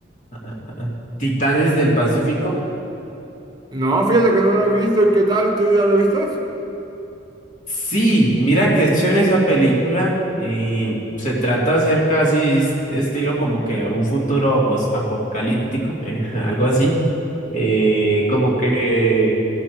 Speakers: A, on the left (about 40°); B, on the right (about 20°).
A: ah, ah, ah, ah, Titanes del Pacífico.
B: No, fíjate que no la he visto. ¿Y qué tal? ¿Tú ya la viste?
A: Sí, mira qué chévere esa película. eh, se trata acerca así, es- estilo como que un futuro pues, apocalíptico, <laughs> algo así. eh, como que